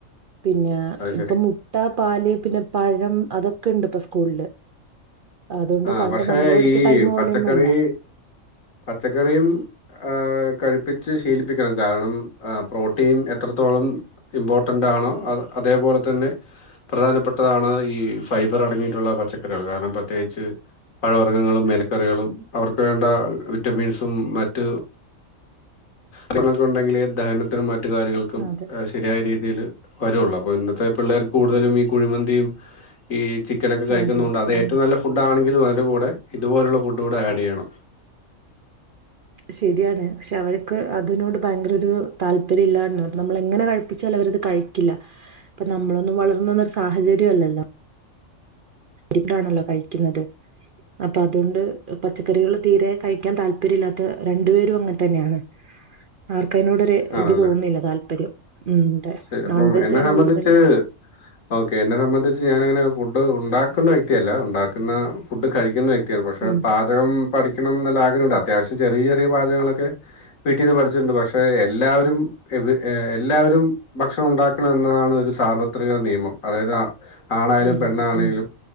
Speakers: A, on the right; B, on the left.
A: പിന്നെ
B: അത്
A: ഇപ്പൊ
B: ശരി
A: മുട്ട പാല് പിന്നെ പഴം അതൊക്കെയുണ്ട് ഇപ്പം സ്കൂളില് അതുകൊണ്ട്
B: ആഹ്
A: പണ്ട്
B: പക്ഷെ
A: നമ്മള് പഠിച്ച
B: ഈ
A: ടൈം പോലെയൊന്നല്ല.
B: പച്ചക്കറി പച്ചക്കറിയും. ഏഹ് കഴിപ്പിച്ച് ശീലിപ്പിക്കണം കാരണം പ്രോട്ടീൻ എത്രത്തോളം. ഇമ്പോർട്ടന്റാണ് അഹ് അതേപോലെ തന്നെ. പ്രധാനപ്പെട്ടതാണ് ഈ ഫൈബർ അടങ്ങിയിട്ടുള്ള പച്ചക്കറികള് കാരണം പ്രത്യേകി ച് പഴവർഗങ്ങളും എലക്കറികളും അവർക്ക് വേണ്ട വിറ്റമിൻസും മറ്റ്. ങ്ങളൊക്കെ ഉണ്ടെങ്കിലെ ദഹനത്തിനും മറ്റു കാര്യങ്ങൾക്കും.
A: അതെ
B: ശരിയായ രീതിയിൽ വരൊള്ളൂ അപ്പോ ഇന്നത്തെ പിള്ളേർക്ക് കൂടുതലും ഈ കുഴിമന്തിയും. ഈ ചിക്കനൊക്കെ കഴിക്കുന്ന
A: അതെ
B: കൊണ്ട അത്
A: ഉം
B: ഏറ്റവും നല്ല ഫുഡണെങ്കിലും അതിന്റെ കൂടെ ഇതുപോലുള്ള ഫുഡൂടെ ആഡ്യ്യണം.
A: ശരിയാണ് പക്ഷെ അവർക്ക് അതിനോട് ഭയങ്കര ഒരു താല്പര്യം ഇല്ലാ നമ്മള എങ്ങനെകഴി ചെലവരത് കഴിക്കില്ല ഇപ്പ നമ്മളൊന്നും വളർന്നന്ന ഒരു സാഹചര്യംല്ലല്ലോ. ഇപിടാണല്ലോ കഴിക്കുന്നത്. അപ്പൊ അതൊണ്ട് പച്ചക്കറികൾ തീരെ കഴിക്കാൻ താല്പര്യം ഇല്ലാത്ത രണ്ടുപേരും അങ്ങൻ തന്നെയാണ്. ആർക്ക് അയ്നോടൊരു
B: ആണല്ലേ?
A: ഇത് തോന്നുന്നില്ല താല്പര്യം ഉം അതെ
B: ശരി അപ്പം
A: നോൺവെജാണ്
B: എന്നെ സംബന്ധിച്ച്
A: കൂടുതലും.
B: <unintelligible> ഓക്കെ എന്നെ സംബന്ധിച്ച് ഞാനങ്ങനെ ഫുഡ് ഉണ്ടാക്കുന്ന വ്യക്തിയല്ല ഉണ്ടാക്കുന്ന ഫുഡ് കഴിക്കുന്ന വ്യക് ത്യ പക്ഷെ
A: ഉം
B: പാചകം പഠിക്കണം ന്ന്ള്ളെ ആഗ്രഹണ്ട് അത്യാവശ്യം ചെറിയ ചെറിയ പാചകങ്ങളൊക്കെ. വീട്ടീന്ന് പഠിച്ചിട്ടുണ്ട് പക്ഷെ എല്ലാവരും എല്ലാവരും. ഭക്ഷണം ഉണ്ടാക്കണം എന്നതാണ് ഒരു സാർവത്രിക നിയമം അതായത്. ആണായാലും
A: അതാണ്
B: പെണ്ണാണെലും.
A: ഉം